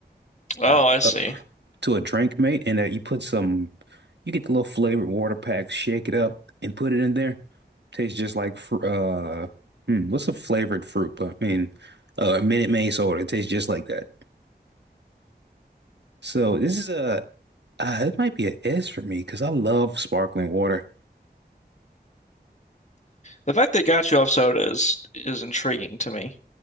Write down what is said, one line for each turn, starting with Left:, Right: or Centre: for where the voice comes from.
Left: Oh,
Right: uh,
Left: I see.
Right: uh, to a drink, mate, and uh, you put some, you get the little flavored water packs, shake it up, and put it in there. Tastes just like fr uh, hmm, what's a flavored fruit? But I mean, uh, Minute Maid soda. It tastes just like that. So this is a, uh, it might be an S for me because I love sparkling water.
Left: The fact they got you off soda is is intriguing to me.